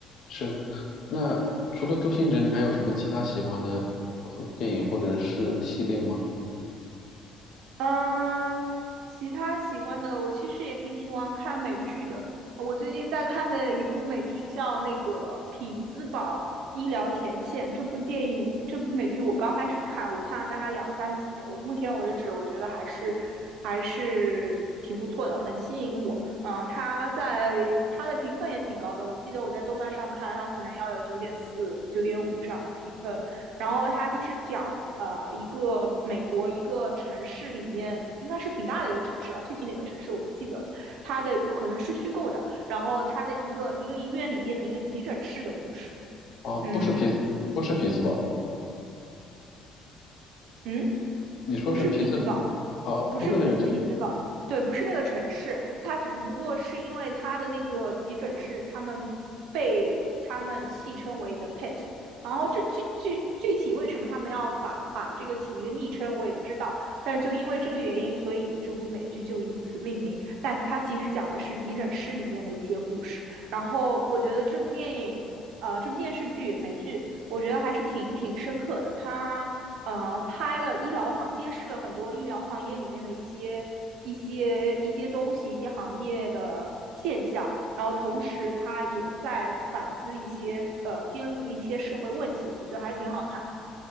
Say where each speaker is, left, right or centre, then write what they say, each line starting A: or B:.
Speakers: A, on the left (about 55°); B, on the right (about 75°).
A: 是，那除了周星驰，你还有什么其他喜欢的或电影或者是系列吗？
B: 嗯，其他喜欢的，我其实也挺喜欢看美剧的。我最近在看的一部美剧叫那个《匹兹堡医疗前线》，这部电影，这部美剧我刚开始看，我看了大概两三集。我目前为止，我觉得还是还是挺不错的，很吸引我。嗯，它在它的评分也挺高的，我记得我在豆瓣上看，它可能要有九点四、九点五这样的评分。然后他就是讲呃一个美国一个城市里面应该是挺大的一个城市吧，具体哪个城市我不记得了。它的可能是虚构的，然后他的一个一个医院里面的一个急诊室的故事。
A: 哦，
B: 嗯
A: 不是匹兹，不是匹兹堡，
B: 嗯，
A: 你说是匹兹，
B: 不是匹兹堡，
A: 哦，
B: 不是匹匹兹堡，
A: 不是那个
B: 对，不是那个城市，它只不过是因为它的那个急诊室，他们被他们戏称为 the pit。然后这具具具体为什么他们要把把这个起一个昵称，我也不知道。但是就因为这个原因，所以这部美剧就以此命名。但它其实讲的是急诊室里面的一些故事。然后我觉得这部电影，呃，这部电视剧美剧，我觉得还是挺挺深刻的。它呃，拍了医疗行，揭示了很多医疗行业里面的一些一些一些东西，一些行业的现象。然后同时，他也在反思一些呃，揭露的一些社会问题，我觉得还挺好看的。